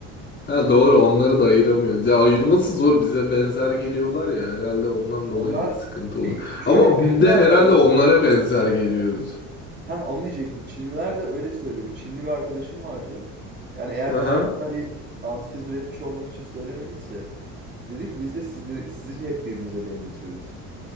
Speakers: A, on the left (about 30°); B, on the right (about 30°).
A: Ha doğru onları da ayıramıyoruz. Ya ayırması zor. Bize benzer geliyorlar ya. Herhalde ondan dolayı
B: Onlar
A: sıkıntı oluyor.
B: bir şöyle
A: Ama
B: bir bilgi
A: biz de
B: var
A: herhalde
B: bende.
A: onlara benzer geliyoruz.
B: Ha onu diyecektim. Çinliler de öyle söylüyor. Bir Çinli bir arkadaşım vardı. Yani eğer
A: Aha.
B: ben sana bir antitez üretmiş olmak için söylemediyse dedi ki biz de sizleri, sizi hep birbirimize benzetiyoruz.